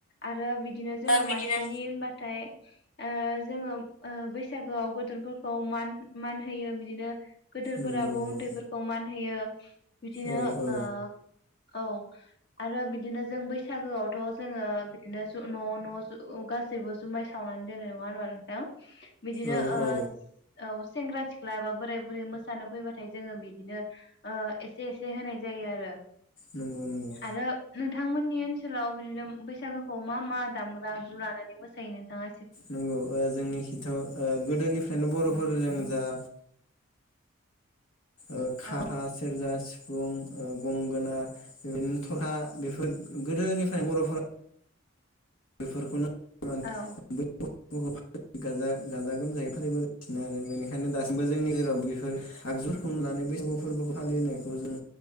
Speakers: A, on the left; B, on the left.
A: आरो बिदिनो जोङो
B: बिदिनो
A: मानसिनि होनबाथाय ओ जोङो ओ बैसागोआव गदोरफोरखौ मान मान होयो बिदिनो गोदोरफोराबो
B: नंगौ नंगौ
A: उन्दैफोरखौ मान होयो <inaudible> बिदिनो
B: औ औ
A: ओ औ आरो बिदिनो जों बैसागोआवथ जोङो बिदिनो ज न न ज गासैबो जुमाय सावनानै दोनो नङा होमबा नोंथां बिदिनो
B: औ
A: ओ,
B: औ
A: औ सेंग्रा सिख्ला एबा बोराय बुरै मोसानो फैबाथाय जोङो बिदिनो ओ एसे- एसे होनाय जायो आरो
B: नंगौ-नंगौ
A: आरो नोंथांमोननि ओनसोलाव बिदिनो बैसागोखौ मा मा दामग्रा आगजु लानानै मोसायो? नों थांङा
B: नंगौ ओ जोंनि खिथ' ओ गोदोनिफ्रायनो बरफोरजों जा ओ खाम
A: औ
B: सेरजा सि गं ओ गंगोना बेदिनो थरखा बेफोर गोदोनिफ्रायनो बर'फोर बेफोरखौनो <unintelligible> <unintelligible>
A: औ
B: गाजा-गाजा गोमजायै फालिबोगासिनो आरो बेनिखायनो दासिमबो जोंनि गेजेराव बेफोर आगजुफोरखौ नुनानै बैसागु फोरबो फालिनायखौ जों